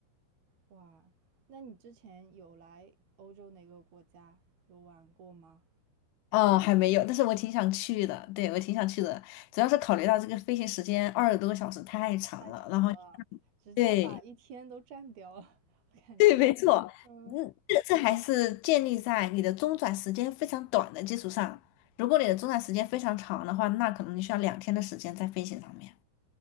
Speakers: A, on the right; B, on the left.
A: 哇，那你之前有来欧洲哪个国家有玩过吗？
B: 哦，还没有，但是我挺想去的。对，我挺想去的，主要是考虑到这个飞行时间二十多个小时太长了，
A: 太长了，
B: 然后
A: 直接把一天都占掉了，
B: 对
A: <laughs> 我感觉
B: <laughs> 对，没错，
A: <laughs>。嗯，
B: 嗯，这这还是建立在你的中转时间非常短的基础上。如果你的中转时间非常长的话，那可能你需要两天的时间在飞行上面。